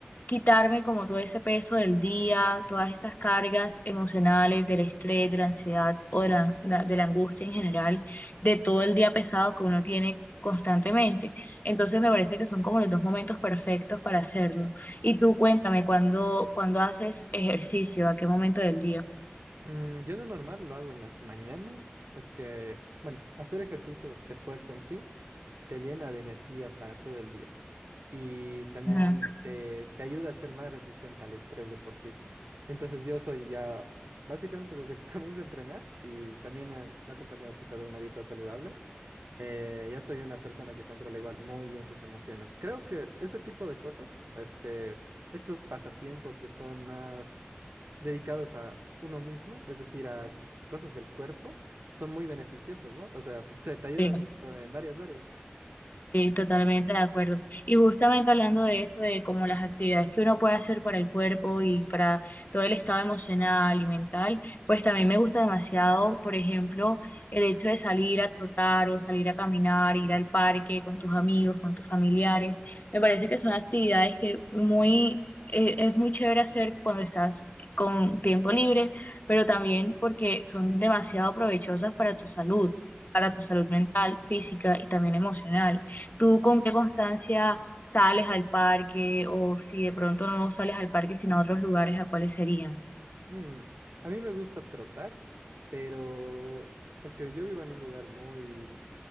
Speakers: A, on the left; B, on the right.
A: quitarme como todo ese peso del día, todas esas cargas emocionales, del estrés, de la ansiedad o de la, la- de la angustia en general, de todo el día pesado que uno tiene constantemente. Entonces me parece que son como los dos momentos perfectos para hacerlo. Y tú cuéntame, ¿cuándo, cuándo haces ejercicio? ¿A qué momento del día?
B: Mm, yo de normal lo hago en las mañanas. Es que, bueno, hacer ejercicio de fuerza en sí te llena de energía para todo el día y también
A: Ujú.
B: te, te ayuda a ser más resistente al estrés de por sí. Entonces yo soy ya, básicamente desde que <laughs> comienzo a entrenar y también eh, lo he acompañado quizá de una dieta saludable, eh, ya soy una persona que controla igual muy bien sus emociones. Creo que este tipo de cosas, este, estos pasatiempos que son más dedicados a uno mismo, es decir, a cosas del cuerpo, son muy beneficiosos, ¿no? O sea, te, te ayudan
A: Sí.
B: eh, en varias áreas.
A: Sí, totalmente de acuerdo. Y justamente hablando de eso, de como las actividades que uno puede hacer para el cuerpo y para todo el estado emocional y mental, pues también me gusta demasiado, por ejemplo, el hecho de salir a trotar o salir a caminar, ir
B: Mm,
A: al parque con tus amigos, con tus familiares. Me parece que son actividades que muy, eh, es muy chévere hacer cuando estás con tiempo libre, pero también porque son demasiado provechosas para tu salud, para tu salud mental, física y también emocional. ¿Tú con qué constancia sales al parque o si de pronto no sales al parque sino a otros lugares, a cuáles serían?
B: mm. A mí me gusta trotar, pero es que yo vivo en un lugar muy,